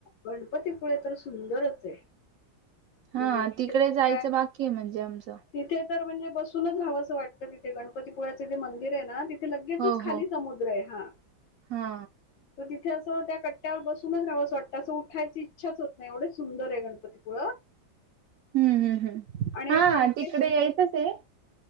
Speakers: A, on the left; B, on the right.
A: गणपतीपुळे तर सुंदरच आहे.
B: हा.
A: म्हणजे तिथे
B: तिकडे
A: काय
B: जायचं बाकी आहे म्हणजे आमचं.
A: तिथे तर म्हणजे बसूनच राहावं असं वाटतं तिथे. गणपतीपुळ्याचे जे मंदिर आहे ना तथ- - थे लगेचच
B: हो
A: खाली
B: हो
A: समुद्र आहे. हा
B: हा
A: तर तिथे अस त्या कट्ट्यावर बस- सूनच राहावस वाटतं. असं उठायची इच्छाच होत नाही एवढे सुंदर आहे गणपतीपुळ.
B: हम्म हम्म हम्. हा
A: एक कणकेश
B: तिकडे यायचंच आहे.